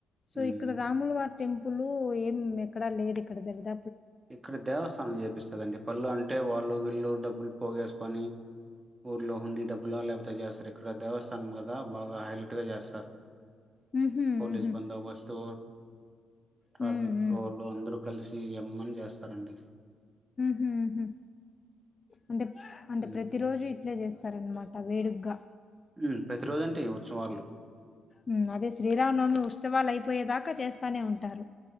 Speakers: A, on the left; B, on the right.
A: సో
B: హ్మ్.
A: ఇక్కడ రాములు వార్ టెంపుల్ ఏం ఎక్కడ లేదు ఇక్కడ దద
B: ఇక్కడ దేవస్థానం చేపిస్తుందిండి పళ్ళు అంటే వాళ్ళు వీళ్ళు డబ్బులు పోగేసుకొని ఊర్లో హుండీ డబ్బులా లేకపోతే చేస్తారు ఇక్కడ దేవస్థానం కదా బాగా హైలైట్ గా చేస్తారు
A: హుహు.
B: పోలీసు
A: హుహు.
B: బందోబస్తు ట్రాఫక్
A: హ్మ్. హ్మ్.
B: రోలు అందరు కలిసి జామ్ అని చేస్తారండి
A: హుమ్మ్ అంటే అంటే
B: ఉమ్.
A: ప్రతి రోజు ఇట్లే చేస్త స్తారనమాట వేడుగ్గా
B: హమ్ ప్రతి రోజంటే ఈ ఉత్సవాలో
A: హమ్ అదే శ్రీరామనవమి ఉత్సవాలు అయిపోయేదాకా చేస్తానే ఉంటారు